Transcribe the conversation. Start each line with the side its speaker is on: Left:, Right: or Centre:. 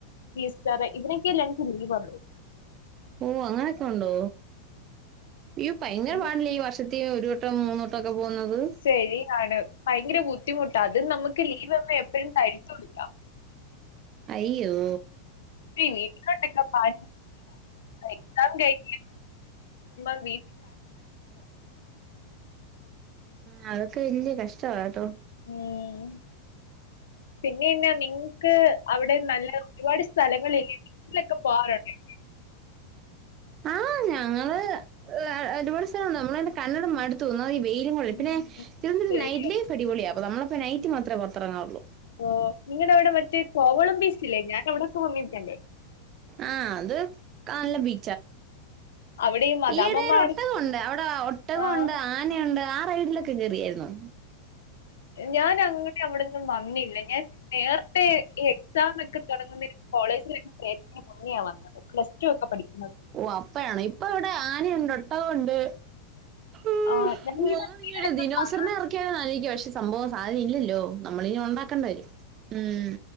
Left: ഈസ്റ്റർ ഇതിനൊക്ക എനിക്ക് ലീവ്ള്ളു
Right: ഓ അങ്ങനൊക്കെ ഉണ്ടോ യ്യോ ഭയങ്കര
Left: ഉം
Right: പാടല്ലേ ഈ വർഷ ഒരു വട്ടം മൂന്നുവട്ടം ഒക്കെ പോകുന്നത്
Left: ശരിയാണ് ഭയങ്കര ബുദ്ധിമുട്ട് അതും നമുക്ക് ലീവ്മ്മ എപ്പോഴും തഴത്തൂടില്ല
Right: അയ്യോ
Left: വീട്ടിലോട്ടൊക്കെ പ എക്സാം കഴുമ്പ <inaudible>
Right: ആ അതൊക്കെ വല്യ കഷ്ടമാ കേട്ടോ
Left: ഉം പിന്നെന്നാ നി അവിടെ നല്ല ഒരുപാട് സ്ഥലങ്ങളില്ലിലൊക്കെ പോകാറുണ്ട്
Right: ആഹ് ഞങ്ങള് ഒരുപാട് സ്ഥലം നമ്മള തെ കന്നടം മടു ഒന്നാമത് ഈ വെയിലും കൂടിയാ
Left: ഉം.
Right: പിന്നെ തിരുവന്തപരം
Left: ശരി.
Right: നൈറ്റ് ലൈഫ് അടിപൊളിയാ നമ്മളപ്പോ നൈറ്റ് മാത്രമ പുറത്തിറങ്ങാവറുള്ളൂ
Left: ഓ നിങ്ങളുടെ അവിടെ മറ്റേ കോവളം ബീച്ചില്ലേ ഞാൻ അവിടൊക്കെ വന്നിട്ടണ്ടേ
Right: ആഹ അത് കല്ല ബ
Left: അവിടെ ഈ മദാമ്മമാര്
Right: ഈയിടെ ഒരു ഒട്ടകുണ്ട് അവിട ഒട്ടക കൊണ്ട്
Left: ആഹ്.
Right: ആനയുണ്ട് ആ റൈഡിലൊക്കെ കേയറിയായിരുന്നു
Left: ഞാൻ അങ്ങനെ അവിടെൊന്നും വന്നില്ല ഞാൻ നേരത്തെഈ എക്സാം ഒക്കെ തുടങ്ങുന്നതി കോളേജിലൊക്കെ നാ വന്നത് പ്ലസ് ടു ഒക്കെ പഠിക്കും
Right: ഓ അപ്പയണ ഇപ്പ ഇവിടെ ആനയുണ്ട് ഒട്ടകുണ്ട് ഉ
Left: ആ ഞാൻ ഈ
Right: ഓ
Left: റീലിലൊക്കെ
Right: ദിനോസറിന
Left: കാണാറുണ്ട്.
Right: ഇറക്കിയാല ന്ന് ആലോയ് ക്കാ പക്ഷെ സംഭവം സാധന ഇല്ലല്ലോ നമ്മള ഇന ഉണ്ടാക്കേണ്ടി വരും ഉം